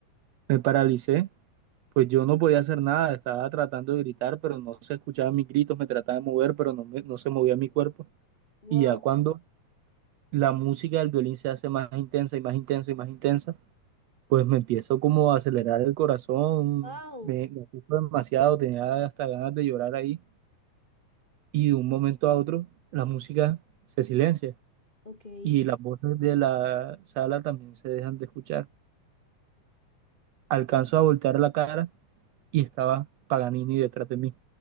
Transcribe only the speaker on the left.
Wow,
wow,
ok. ¡Qué